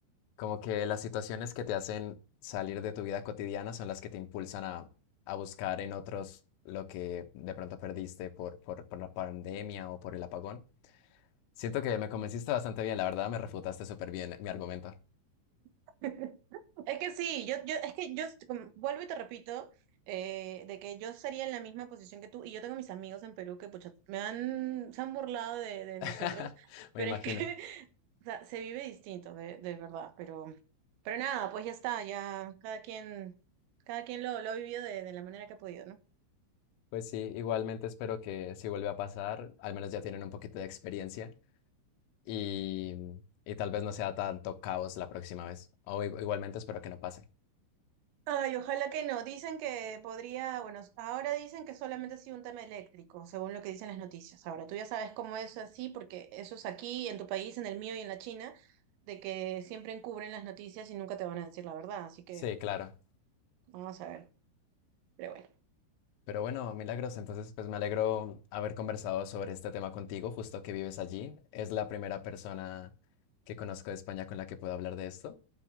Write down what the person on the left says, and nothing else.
Como que las situaciones que te hacen salir de tu vida cotidiana son las que te impulsan a, a buscar en otros lo que de pronto perdiste por, por, por la pandemia o por el apagón. Siento que me convenciste bastante bien, la verdad me refutaste súper bien mi argumento.
<laughs>
Me
imagino.
Pues sí, igualmente espero que si vuelve a pasar, al menos ya tienen un poquito de experiencia y, y tal vez no sea tanto caos la próxima vez. O igu- igualmente espero que no pase.
Sí, claro.
Pero bueno, Milagros, entonces pues me alegro haber conversado sobre este tema contigo, justo que vives allí. Es la primera persona que conozco de España con la que puedo hablar de esto